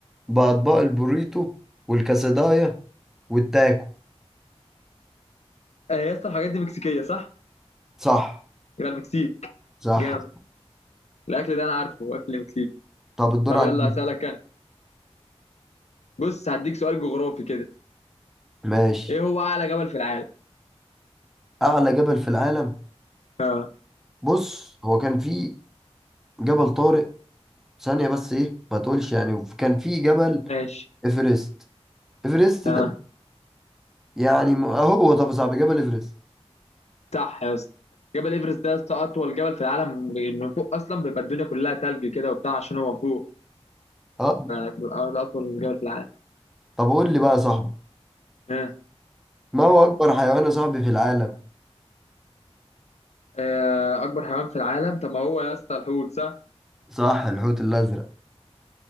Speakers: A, in the centre; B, on the left.
A: بأطباق البوريتو والكاسدايا والتاكو
B: آه، يا اسطى الحاجات دي مكسيكيه صح
A: صح
B: يبقى المكسيك
A: صح
B: جامد الاكل ده انا عارفه اكل مكسيكي
A: طب الدور
B: طب
A: عليك
B: يلا هسألك انا بص هديك سؤال جغرافي كده
A: ماشي
B: ايه هو اعلى جبل في العالم
A: اعلى جبل في العالم
B: اه
A: بص هو كان في جبل طارق ثانية بس ايه ما تقولش يعني كان في جبل
B: ماشي
A: ايفرست ايفرست
B: اه
A: ده يعني م- اهو طب يا صاحبي جبل ايفرست
B: صح يا اسطى جبل ايفرست ده يا اسطى اطول جبل في العالم من فوق اصلا بيبقى الدنيا كلها تلج كده وبتاع عشان هو فوق
A: اه
B: بيبقى ده أطول جبل في العالم
A: طب قول لي بقى يا صاحبي
B: ها
A: ما هو اكبر حيوان يا صاحبي في العالم
B: آه، أكبر حيوان في العالم طب ما هو يا اسطى الحوت صح؟
A: صح الحوت الازرق